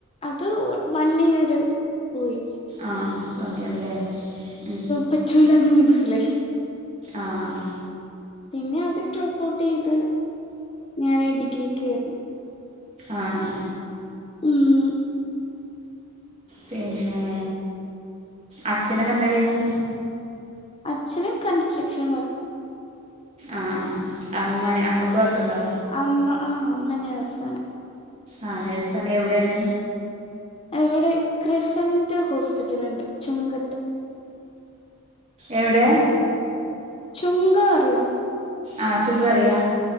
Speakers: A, on the left; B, on the right.
A: അത് വ വൺ ഇയറ് പോയി
B: ആഹ് വൺ ഇയറ്ല്ലേ ഉം
A: പറ്റൂല്ലാന്ന് മന്സ്സിലായി
B: ആഹ്
A: പിന്നെ അത് ഡ്രോപ്പ് ഔട്ടെയ്ത് ഞാൻ ഡിഗ്രിക്ക് ഉം
B: ആഹ്
A: ഉം
B: പിന്നേ അച്ഛനെക്കെ എന്താ ചെയ്യ്ന്നേ
A: അച്ഛന കൻസ്ട്രക്ഷൻ വർ
B: ആഹ് അമ്മയേ അമ്മക്ക് വർക്ക്ണ്ടോ
A: അമ്മ ആഹ് അമ്മ നേഴ്സാണ്
B: ആഹ് നഴ്സാണ് എവിടേണ്
A: ഇവടെ ക്രിസന്റ് ഹോസ്പിറ്റല്ണ്ട് ചുങ്കത്ത്
B: എവടെ
A: ചുങ്കറിയോ
B: ആഹ് ചുങ്കറിയാ